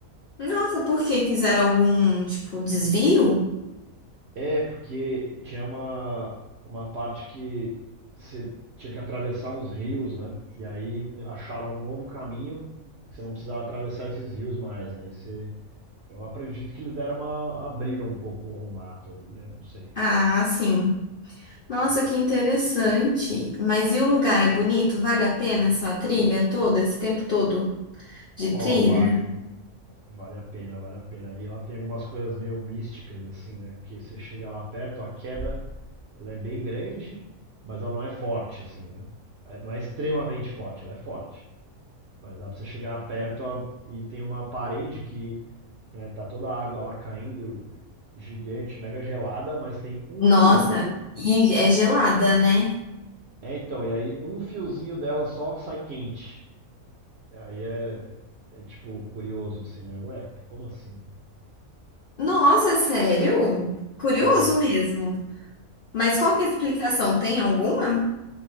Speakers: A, on the left; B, on the right.
A: Nossa, por quê? Fizeram algum tipo desvio?
B: É, porque tinha uma, uma parte que você tinha que atravessar uns rios, né? E aí acharam um novo caminho, que você não precisava atravessar esses rios mais. Aí você Eu acredito que eles deram uma. abriram um pouco o mato ali, né? Não sei.
A: Ah, sim. Nossa,
B: É.
A: que interessante. Mas e o lugar é bonito? Vale a pena essa trilha toda, esse tempo todo de
B: Ó,
A: trilha?
B: vale, hein? Vale a pena, vale a pena. E ela tem algumas coisas meio místicas, assim, né? Porque você chega lá perto, a queda ela é bem grande, mas ela não é forte, assim, né? É, Não é extremamente forte, ela é forte. Mas dá pra você chegar perto ó, e tem uma parede que né, tá toda a água lá caindo, gigante, mega gelada, mas tem um
A: Nossa,
B: fiozinho.
A: e é gelada, né?
B: É, então, e aí um fiozinho dela só sai quente. Aí é, é tipo curioso assim, né? Ué, como assim?
A: Nossa, é sério? Curioso
B: É,
A: mesmo. Mas qual que é a explicação? Tem alguma?